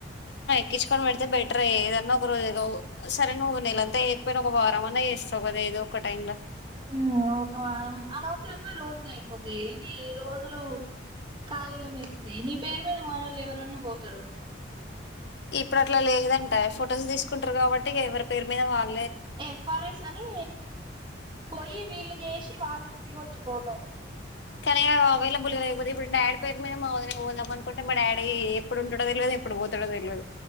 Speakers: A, on the left; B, on the right.
A: క్కిచ్చుకొని పెడితే బెటర్ ఏదన్నా, ఒక రోజు ఏదో సరే నువ్వు నేళ్లంతాయకపోయినా, ఒక వారం అన్నా చేస్తావు గాదె. ఏదో ఒక టైం లో
B: ఉమ్ ఒక వారంమంద్ అనవసరంగా రోజులు అయిపోతాయే. నీ రోజులు ఖాళీగా మిగుల్తాయ్. నీ పేరు మీద మన్నోలెవరన్నా పోతారు.
A: ఇప్పుడట్లా లేదంటా. ఫొటోస్ తీసుకుంటారు కాబట్టి, ఎవరి పేరు మీద వాల్
B: ఎఫ్. ఆర్. ఎస్ అని కోయి వీళ్ళు చేసి. వాళ్ళు దిగొచ్చు ఫోటో
A: కానీ అవైలబుల్గా లేకపోతే. ఇప్పుడు డాడీ పేరు మీద మా వద్నా పోదాం అనుకుంటే, మా డాడీ ఎప్పుడు ఉంటాడో తెల్వదు, ఏప్ ప్పుడు పోతడో తెల్వదు.